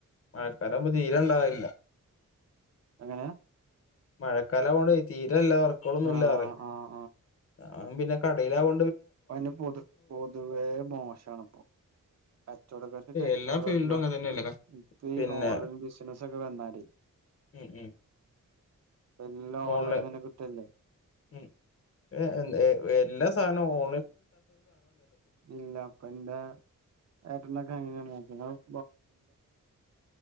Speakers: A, on the left; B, on the right.
A: മഴക്കാലാവുമ്പൊ തീരെ ഇണ്ടാവലില്ല.
B: എങ്ങനെ
A: മഴക്കാലാവോണ്ടെയ് തീരല്ല വർക്കോളൊന്നുംല്ലാറ്യേ
B: ആഹ് ആഹ്
A: ഞാൻപിന്നെ കടയിലാവോ
B: ഇപ്പൊ അയ്ന് പൊതു പൊതുവേ മോശാണ്പ്പൊ. കച്ചോടക്കാര്ക്ക് കച്ചോടോല്ല
A: എല്ലാ ഫീൽഡും അങ്ങനെ തന്നെയല്ലേ ക-
B: ഇപ്പ
A: പിന്നെ
B: ഈ ഓൺലൈൻ ബിസിനസ് ഒക്കെ വന്നാരേ
A: ഉം ഉം
B: എല്ലാം ഓൺലൈൻ
A: ഓൺലെ
B: തന്നെ കിട്ടല്ലേ
A: ഉം എ എന്തെ ഏ എല്ലാ സാനവും ഓ
B: ഇല്ല ഇപ്പൻ്റെ ഏട്ടനൊക്കെ അങ്ങനേണ് ഞാന്